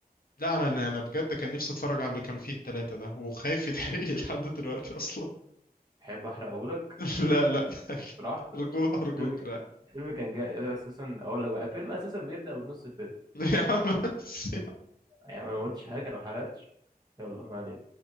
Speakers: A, on the left; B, on the right.
A: لا انا اللي انا بجد كان نفسي اتفرج على اللي كانوا فيه التلاتة ده وخايف يتحرق لي <laughs> لحد دلوقتي اصلا
B: احب احرقهولك
A: <laughs> لا لا <laughs>
B: براحتك
A: ارجوك ارجوك
B: الفيلم كان
A: لا
B: الفيلم كان جاي اساسا اقول لك بقى الفيلم اساسا بيبدأ بنص الفيلم
A: <laughs> يا عم بس.
B: يعني أنا ما قلتش حاجة أنا ما حرقتش يلا ما علينا